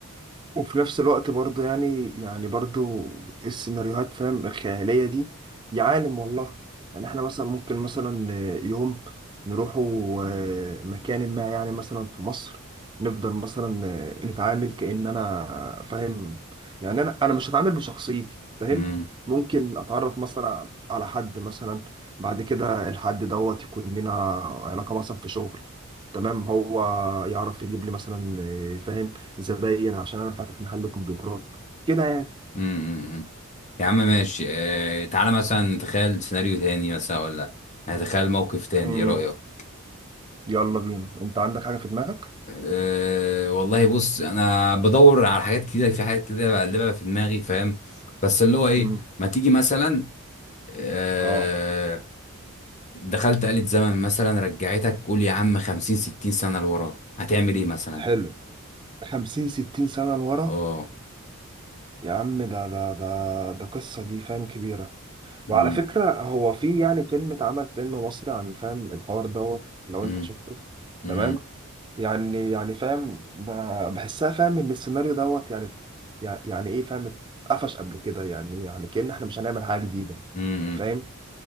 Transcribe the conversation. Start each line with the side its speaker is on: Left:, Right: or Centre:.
Right: وفي نفس الوقت برضو يعني يعني برضو السيناريوهات فاهم الخيالية دي يا عالم والله يعني احنا مثلا ممكن مثلا يوم نروحوا آه، مكان ما يعني مثلا في مصر نفضل مثلا آه، نتعامل كأن انا فاهم يعني انا انا مش هتعامل بشخصيتي فاهم
Left: امم
Right: ممكن اتعرف مثلا على حد مثلا بعد كده الحد دوت يكون لنا علاقة مثلا في شغل تمام هو يعرف يجيب لي مثلا آه، فاهم زباين عشان انا فاتح محل كمبيوترات كده يعني
Left: امم يا عم ماشي اه... تعالى مثلا تخيل سيناريو تاني مثلا ولا هتخيل موقف تاني
Right: امم
Left: ايه رأيك
Right: يلا بينا انت عندك حاجة في دماغك
Left: أه والله بص انا بدور على حاجات كده في حاجات كده بقلبها في دماغي فاهم بس اللي هو ايه
Right: امم
Left: ما تيجي مثلا أه
Right: اه
Left: دخلت آلة زمن مثلا رجعتك قول يا عم 50 60 سنة لورا هتعمل ايه مثلا
Right: حلو 50 60 سنة لورا
Left: اه
Right: يا عم ده ده ده ده قصة دي فاهم كبيرة وعلى
Left: امم
Right: فكرة هو في يعني فيلم اتعمل فيلم مصري عن فاهم الحوار دوت لو
Left: امم
Right: انت شفته
Left: امم
Right: تمام يعني يعني فاهم ب- بحسها فاهم ان السيناريو دوت يعني يع- يعني ايه فاهم اتقفش قبل كده يعني يعني كأن احنا مش هنعمل حاجة جديدة
Left: امم
Right: انت فاهم